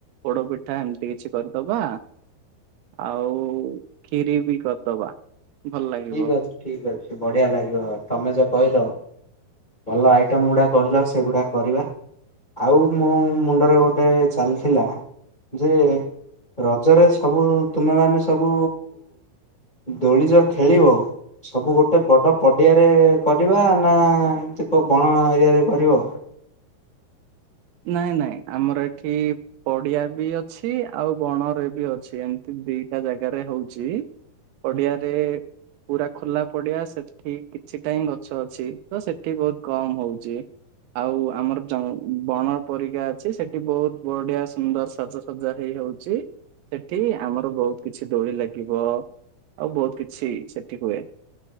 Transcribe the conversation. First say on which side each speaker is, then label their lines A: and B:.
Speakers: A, on the right; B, on the left.
A: ପୋଡ ପିଠା ଏମିତି କିଛି କରିଦବା ଆଉ ଖିରି ବି କରିଦବା। ଭଲ ଲାଗିବ।
B: ଠିକ ଅଛି ଠିକ ଅଛି ବଢିଆ ଲାଗିବ ତମେ ଯୋ କହିଲ ଭଲ ଆଇଟମ ଗୁଡା କହିଲ ସେଗୁଡା କରିବା ଆଉ ମୋ ମୁଣ୍ଡରେ ଗୋଟେ ଚାଲିଥିଲା ଯେ ରଜରେ ସବୁ ତୁମେ ମାନ ସବୁ ଦୋଳିଜ ଖେଳିବ ସବୁ ଗୋଟେ ବଡ ପଡିଆରେ କରିବା ନା ଏମିତି କୋଉ ବଣ ଏରିଆରେ କରିବ।
A: ନାଇଁ ନାଇଁ ଆମର ଏଠି ପଡିଆ ବି ଅଛି ଆଉ ବଣରେ ବି ଅଛି ଏମିତି ଦିଟା ଜାଗାରେ ହଉଛି ପଡିଆରେ ପୁରା ଖୋଲା ପଡିଆ ସେଠି କିଛି ଟା ଗଛ ଅଛି ତ ସେଠି ବହୁତ କମ ହଉଛି ଆଉ ଆମର ଜ ବଣର ପରିକା ଅଛି ସେଠି ବହୁତ ବଢିଆ ସୁନ୍ଦର ସାଜସଜା ହେଇ ହଉଛି ସେଠି ଆମର ବହୁତ କିଛି ଦୋଳି ଲାଗିବ ଆଉ ବହୁତ କିଛି ସେଠି ହୁଏ।